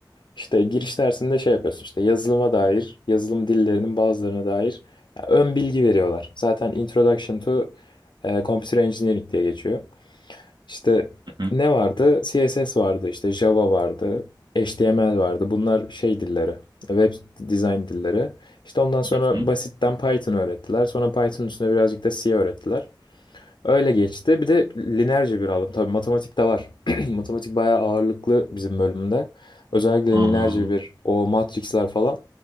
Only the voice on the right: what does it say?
hı
hı.
Allah
Allah.